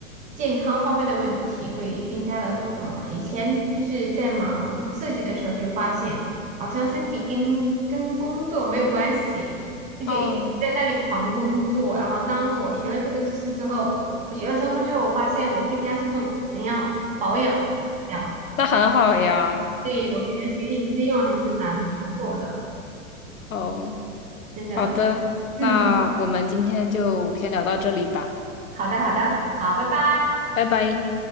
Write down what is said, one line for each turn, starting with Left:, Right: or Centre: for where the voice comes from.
Right: 健康方面的问题会更加的注重了。以前就是在忙设计的时候就发现，好像身体跟跟工作没有关系，就就一直在那里狂工作。
Left: 哦，
Right: 然后当我学了这个知识之后，我学了生物之后，我发现我更加注重怎样保养这样
Left: 那很好呀。
Right: 所以我觉得学以致用还是蛮不错的，
Left: 哦，
Right: 真的。
Left: 好的，
Right: 嗯，
Left: 那我们今天就先聊到这里吧，
Right: 好的，好的，好，拜拜。
Left: 拜拜。